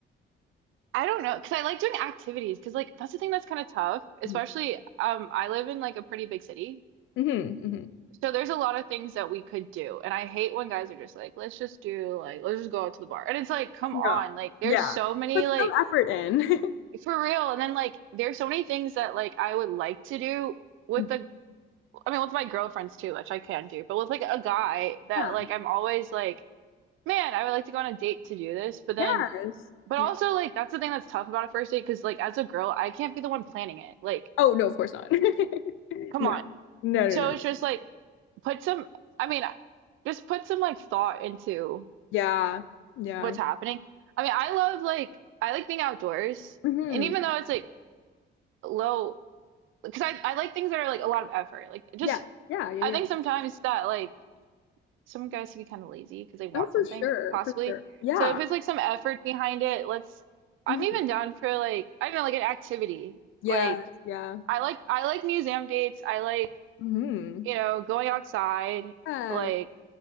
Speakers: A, on the right; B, on the left.
A: I don't know, because I like doing activities, because like that's the thing that's kind of tough, especially
B: Mm-hmm.
A: um I live in like a pretty big city.
B: hmm
A: So there's a lot of things that we could do. And I hate when guys are just like, let's just do like let's just go out to the bar. And it's like, come
B: No.
A: on, like there's
B: Yeah.
A: so many
B: Put
A: like
B: some effort in.
A: for real. And then like there's so many things that like I would like to do with
B: <laughs>
A: the I mean with my girlfriends too, which I can do, but with like a guy that
B: Yeah.
A: like I'm always like, man, I would like to go on a date to do this, but then
B: Yes.
A: But
B: Yeah.
A: also, like, that's the thing that's tough about a first date because, like, as a girl, I can't be the one planning it. Like,
B: Oh, no, of course not. <laughs>
A: come
B: No.
A: on.
B: No, no,
A: So
B: no.
A: it's just like, put some, I mean, just put some, like, thought into
B: Yeah. Yeah.
A: what's happening. I mean, I love, like, I like being outdoors.
B: hmm
A: And even though it's, like, low, because I, I like things that are, like, a lot of effort. Like, just,
B: Yeah. Yeah. Yeah.
A: I
B: Yeah.
A: think sometimes that, like, some guys can be kind of lazy because they want
B: Oh, for
A: something,
B: sure,
A: possibly.
B: for sure. Yeah.
A: So if it's, like, some effort behind it, let's, I'm
B: hmm
A: even down for, like, I don't know, like, an activity.
B: Yes,
A: Like,
B: yeah.
A: I like I like museum dates. I like,
B: hmm
A: you know, going outside.
B: Yeah,
A: Like